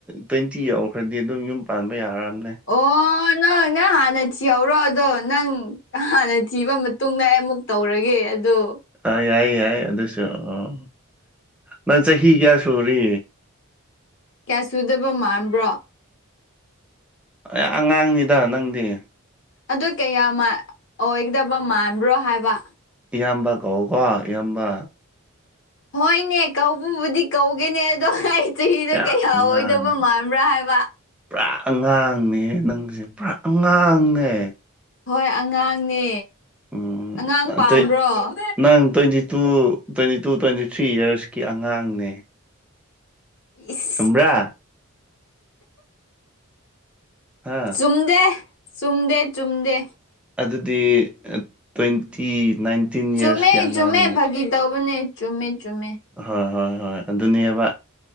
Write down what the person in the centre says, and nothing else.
ꯇ꯭ꯋꯦꯟꯇꯤ ꯌꯧꯈ꯭ꯔꯗꯤ ꯑꯗꯨꯝ ꯌꯨꯝ ꯄꯥꯟꯕ ꯌꯥꯔꯝꯅꯦ
ꯑꯥ ꯌꯥꯏ ꯌꯥꯏ ꯑꯗꯨꯁꯨ ꯑꯣ ꯅꯪ ꯆꯍꯤ ꯀꯌꯥ ꯁꯨꯔꯤ
ꯑꯩ ꯑꯉꯥꯡꯅꯤꯗ ꯅꯪꯗꯤ
ꯏꯌꯥꯝꯕ ꯀꯧ ꯀꯣ ꯏꯌꯥꯝꯕ
ꯌꯥ
ꯑꯉꯥꯡ
ꯄꯨꯔꯥ ꯑꯉꯥꯡꯅꯦꯍꯦ ꯅꯪꯖꯦ ꯄꯨꯔꯥ ꯑꯉꯥꯡꯅꯦ
ꯎꯝ
ꯑ
ꯇꯩ ꯅꯪ twenty two twenty two twenty three ꯌ꯭ꯔꯁꯀꯤ ꯑꯉꯥꯡꯅꯦ
ꯆꯨꯝꯕ꯭ꯔꯥ꯫ ꯍꯥ
ꯑꯗꯨꯗꯤ ꯑ ꯇ꯭ꯋꯦꯟꯇꯤ ꯅꯥꯏꯟꯇꯤꯟ
ꯌꯔꯁꯀꯤ ꯑꯉꯥꯡꯅꯦ
ꯍꯣꯏ ꯍꯣꯏ ꯍꯣꯏ ꯑꯗꯨꯅꯦꯕ